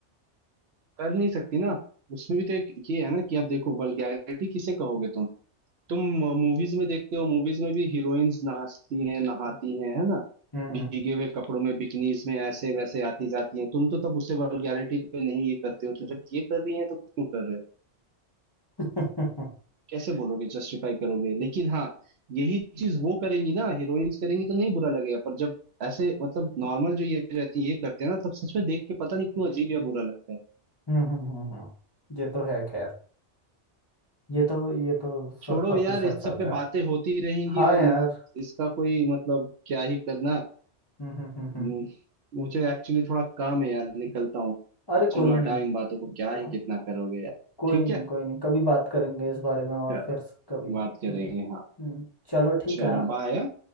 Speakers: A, on the right (about 65°); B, on the left (about 25°).
A: कर नहीं सकती ना उसमें भी तो एक ये है ना कि अब देखो वल्गैरिटी किसे कहोगे तुम तुम मूवीज में देखते हो मूवीज में भी हीरोइंस नहाती हैं नहाती हैं है ना
B: हम्म हम्म
A: भीगे हुए कपड़ों में बिकनीज में ऐसे वैसे आती जाती हैं तुम तो तब उसे वल्गैरिटी पे नहीं ये करते हो तो जब ये कर रही हैं तो क्यों कर रहे हो
B: <laughs>
A: कैसे बोलोगे जस्टिफाई करोगे लेकिन हाँ यही चीज वो करेंगी ना हीरोइंस करेंगी तो नहीं बुरा लगेगा पर जब ऐसे मतलब नॉर्मल जो ये रहती है ये करते हैं ना तब सच में देख के पता नहीं क्यों अजीब या बुरा लगता है
B: हम्म हम्म, हम्म। हम्म। ये तो है खैर ये तो ये तो
A: छोड़ो
B: शत प्रतिशत
A: यार इस
B: सच
A: सब पे
B: है
A: बातें होती रहेंगी
B: हाँ
A: और
B: यार
A: इस, इसका कोई मतलब क्या ही करना
B: हम्म हम्म हम्म हम्म।
A: हम्म, मुझे एक्चुअली थोड़ा काम है यार निकलता हूँ
B: अरे
A: चलो
B: कोई नहीं
A: हटाओ इन बातों को क्या ही
B: को-
A: कितना करोगे यार
B: कोई
A: ठीक
B: नहीं
A: है
B: कोई नहीं कभी बात करेंगे इस बारे में और
A: चलो,
B: फिर कभी
A: बात करेंगे
B: हम्म
A: हाँ
B: हम्म चलो ठीक
A: चलो
B: है हाँ
A: बाय